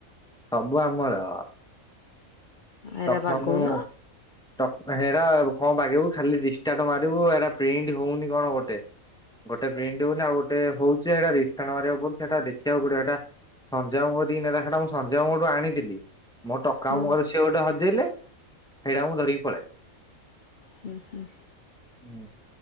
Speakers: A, in the centre; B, on the left (about 65°).
A: ସବୁ ଆମର।
B: ଏରା
A: ଟକ
B: ବାଗଉନ
A: ମାମୁଁ ଟ ହେରା କଣ ବାଗେଇବୁ ଖାଲି ରିଷ୍ଟାର୍ଟ ମାରିବୁ ଏରା ପ୍ରିଣ୍ଟ୍ ହଉନି କଣ ଗୋଟେ। ଗୋଟେ ପ୍ରିଣ୍ଟ୍ ହଉନି ଆଉ ଗୋଟେ ହଉଛି ରିଷ୍ଟାର୍ଟ ମାରିବାକୁ ପଡୁଚି ସେଟା ଦେଖିବାକୁ ପଡି଼ବ ହେଟା ସଞ୍ଜୟ ମାମୁଁ କତିକି ନେଲେ ସେଟା ମୁଁ ସଞ୍ଜୟ ମାମୁଁଙ୍କ ଠୁ ଆଣିଥିଲି। ମୋ ଟକ
B: ହୁଁ
A: ମାମୁଁ ଙ୍କ ର ସିଏ ଗୋଟେ ହଜେଇଲେ ସେଇଟା ମୁଁ ଧରିକି ପଳେଇଆଇଲି।
B: ହୁଁ ହୁଁ।
A: ହୁଁ